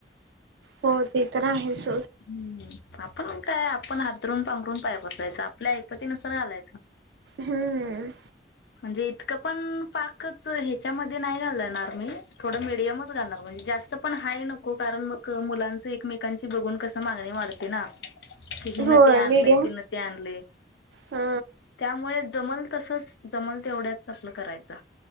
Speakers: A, on the right; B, on the left.
A: हो ते तर आहेत.
B: हम्म. आपण काय आपण हातरून पांबरून पाय बसरायचं आपल्या आईपती नुसर घालायचं.
A: हम्म.
B: म्हणजे इतकं पण पाकच ह्याच्यामध्ये नाही घालणार मी थोडं मीडियमच घालणार म्हणजे, जास्त पण हाय नको कारण मग मुलांच एकमेकांची बघून कस मागणी वाढते ना. कि हि न
A: होय
B: ते आणले
A: मीडियम
B: तिन ते आणले
A: हा
B: त्यामुळे जमल तसंच. जमल तेवढ्याच आपलं करायचं.